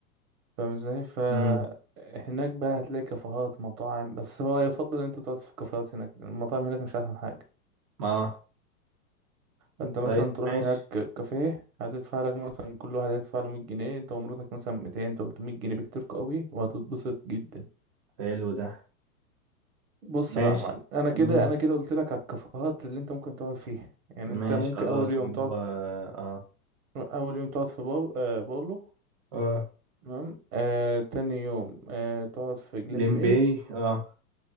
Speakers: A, on the right (about 65°); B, on the right (about 25°).
A: فاهم ازاي ف
B: امم
A: هناك بقى هتلاقي كافيهات مطاعم بس هو يفضل ان انت تقعد في الكافيهات هناك المطاعم هناك مش احسن حاجة
B: اه
A: انت مثلا
B: طيب
A: تروح
B: ماشي
A: هناك كافيه هتدفع لك مثلا كل واحد هيدفع له 100 جنيه انت ومراتك مثلا 200 300 جنيه بكتير قوي وهتتبسط جدا
B: حلو ده
A: بص
B: ماشي
A: بقى يا معلم انا كده
B: امم
A: انا كده قلت لك على الكافيهات اللي انت ممكن تقعد فيها يعني
B: ماشي
A: انت ممكن
B: خلاص
A: اول يوم
B: اللي
A: تقعد
B: هو اه
A: اول يوم تقعد في باول... آه باولو
B: اه
A: تمام آه تاني يوم آه تقعد في جليم
B: لمبي
A: باي
B: اه